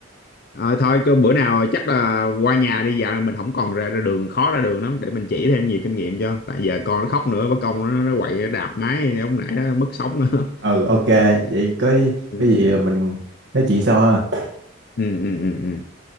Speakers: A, on the left (about 50°); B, on the right (about 75°).
A: ờ, thôi cứ bữa nào chắc là qua nhà đi dạo mình không còn ra, ra đường khó ra đường lắm để mình chỉ thêm nhiều kinh nghiệm cho tại giờ con nó khóc nữa bất công nó, nó quậy nó đạp máy lúc nãy đó mất sóng nữa
B: <laughs> ừ ok
A: <laughs> ok
B: vậy có
A: ừ.
B: cái gì mình nói chuyện sau ha
A: Ừ, ừ, ừ, ừ.